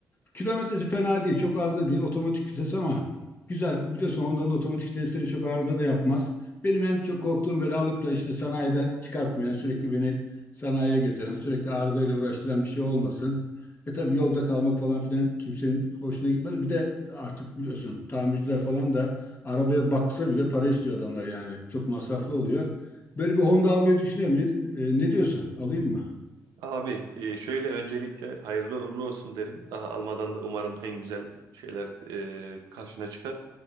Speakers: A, on the left (about 30°); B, on the right (about 85°).
A: Kilometresi fena değil. Çok az da değil. Otomatik vites ama güzel. Biliyorsun ondan otomatik vitesleri çok arıza da yapmaz. Benim en çok korktuğum böyle alıp da işte sanayiden çıkartmayan, sürekli beni sanayiye götüren, sürekli arızayla uğraştıran bir şey olmasın. E tabii yolda kalmak falan filan kimsenin hoşuna gitmez. Bir de artık biliyorsun tamirciler falan da arabaya baksa bile para istiyor adamlar yani. Çok masraflı oluyor. Böyle bir Honda almayı düşünüyorum. Ne, e, ne diyorsun? Alayım mı?
B: Abi e, şöyle öncelikle hayırlı uğurlu olsun derim. Daha almadan da umarım en güzel şeyler e, karşına çıkar.